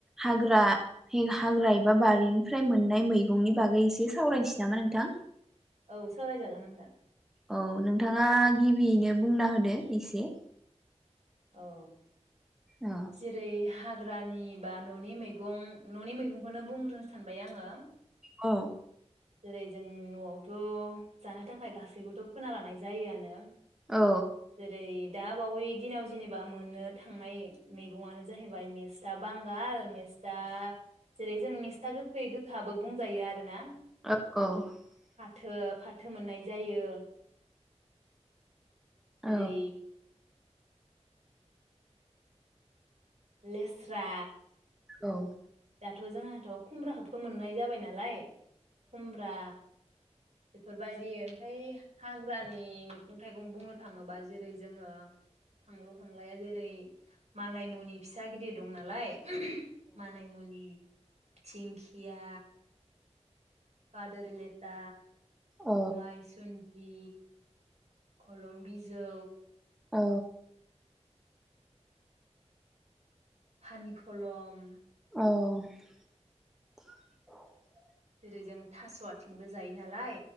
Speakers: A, in the centre; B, on the right (about 70°).
A: हाग्रा हाग्रा एबा बारिनिफ्राय मोननाय मैगंनि बागै एसे सावरायनोसै नामा नोंथां?
B: औ सावरायजागोन नोंथां।
A: औ नोंथाङा गिबियैनो बुंना होदो एसे।
B: औ
A: औ
B: जेरै हाग्रानि बा न'नि मैगं न'नि मैगंखौनो बुंग्रोनो सानबाय आङो।
A: औ
B: जेरै जों न'आवथ' जानो थाखाय गासैबोथ' फोना लानाय जायोयानो।
A: औ
B: जेरै दा वै दिनाव जेनेबा मोननो थांनाय मैगंआनो जाहैबाय मेस्था बांगाल मेस्था जेरै जों मेस्था गोखै गोखाबो बुंजायो आरोना।
A: <unintelligible>
B: थो फाथो मोननाय जायो। जेरै
A: औ
B: लेस्रा
A: औ
B: दाथ' जोंहाथ' खुमब्राखौबोथ' मोननाय जाबाय नालाय खुमब्रा बेफोरबायदि ओमफ्राय हाग्रानि मैगं थाइगं बुंनो थाङोबा जेरै जोङो खांलु खांलाया जेरै मानाय मुनि फिसा, गिदिर दं नालाय मानै मुनि धिंखिया फादोर लेथा
A: औ
B: माइसुन दि खलम बिजौ
A: औ
B: हानि खलम
A: औ
B: जेरै जों थास आथिंबो जायो नालाय